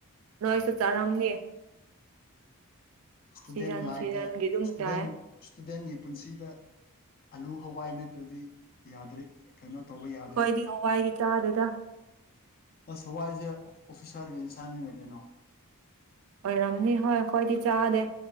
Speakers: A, on the left; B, on the right.
A: ꯎꯝ
B: ꯅꯣꯏꯁꯨ ꯆꯥꯔꯝꯅꯤ
A: ꯏꯁꯇꯨꯗꯦꯟ
B: ꯁꯤꯖꯟ
A: ꯂꯥꯏꯇ
B: ꯁꯤꯖꯟꯒꯤ ꯑꯗꯨꯝ
A: ꯏꯁꯇꯨꯗꯦꯟ
B: ꯆꯥꯏ
A: ꯏꯁꯇꯨꯗꯦꯟꯒꯤ ꯄꯨꯟꯁꯤꯗ ꯑꯂꯨ ꯍꯋꯥꯏ ꯅꯠꯇ꯭ꯔꯗꯤ ꯌꯥꯗ꯭ꯔꯤ ꯀꯩꯅꯣ ꯇꯧꯕ ꯌꯥ
B: ꯑꯩꯈꯣꯏꯗꯤ ꯍꯋꯥꯏꯗꯤ ꯆꯥꯗꯦꯗ
A: ꯑꯁ ꯍꯋꯥꯏꯁꯦ ꯑꯣ ꯑꯣꯐꯤꯁꯥꯔꯒꯤ ꯏꯟꯁꯥꯡꯒꯤꯅꯦ ꯀꯩꯅꯣ
B: ꯑꯣꯏꯔꯝꯅꯤ ꯍꯣꯏ ꯑꯩꯈꯣꯏꯗꯤ ꯆꯥꯗꯦ